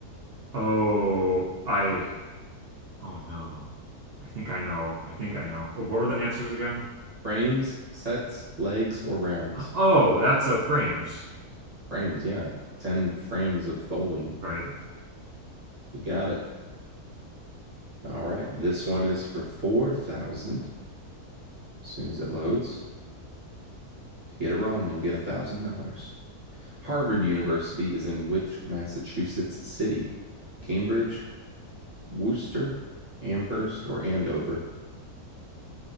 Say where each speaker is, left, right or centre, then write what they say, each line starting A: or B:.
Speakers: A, on the right; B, on the right.
A: Oh, I. Oh no. I think I know. I think I know. Oh, what were the answers again?
B: Frames, sets, legs, or rounds?
A: Oh, that's uh, frames.
B: Frames, yeah. 10 frames of bowling.
A: Right.
B: You got it. All right. This one is for 4,000 as soon as it loads. If you get it wrong, you'll get $1,000. Harvard
A: Okay.
B: University is in which Massachusetts city? Cambridge, Worcester, Amherst, or Andover?